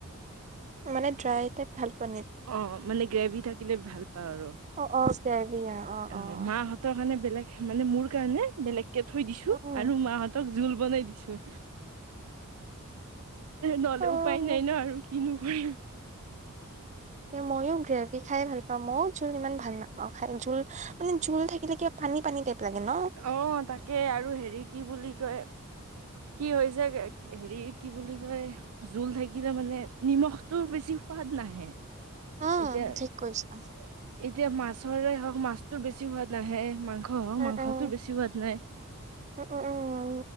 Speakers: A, on the right; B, on the right.
A: মানে ড্ৰাইটাইপ ভাল। পোৱা
B: অ মানে গ্ৰেভি থাকিলে ভাল। পাওঁ আৰু
A: অ-অ গ্ৰেভী অহ অ-অ-অ,
B: অ মাহঁতৰ কাৰণে বেলেগ মানে মোৰ কাৰণে বেলেগ। থৈ দিছো
A: অ উম
B: আৰু মাহঁতক জোল বনাই দিছো। নহলে,
A: উম
B: উপায় নাই
A: অ
B: ন আৰু কিনো কৰিম।
A: মইও গ্ৰেভি খাই ভাল পাওঁ, মইও জোল ইমান ভাল নাপাওঁ খাই জোল মানে জোল থাকিলে কিয় পানী-পানী টাইপ। লাগে ন
B: অ তাকে আৰু হেৰি কি বুলি কয়? কি হৈছে হেৰিত? কি বুলি কয়, জোল থাকিলে মানে নিমখটো বেছি সোৱাদ নাহে।
A: উম
B: এতিয়া-এতিয়া
A: ঠিক কৈছা
B: মাছৰে হওক মাছ বেছি সোৱাদ নাহে মাংস। অহ'
A: উম
B: মাংসটো
A: উম
B: বেছি সোৱাদ নাই।
A: উম উম উম